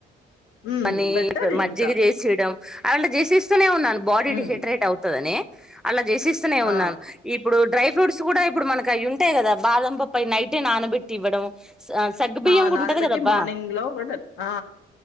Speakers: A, on the left (about 85°); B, in the centre.
A: హ్మ్.
B: అని
A: బెటర్
B: మజ్జిగ
A: ఇంకా.
B: చేసియడం <unintelligible> చేసిస్తూనే ఉన్నాను బాడీ
A: హ్మ్.
B: డిహైడ్రేట్ అవుతదని అలా చేసిస్తూనే
A: ఆ!
B: ఉన్నాను ఇప్పుడు డ్రై ఫ్రూట్స్ కూడ ఇప్పుడు మనకి అవి ఉంటాయి కదా బాదం పపై నైటే నానబెట్టి ఇవ్వడం సగ్గు బియ్యం
A: ఆ!
B: కూడ
A: నానబెట్టి
B: ఉంటది కద అబ్బా
A: మార్నింగ్‌లో గూడా ఆ!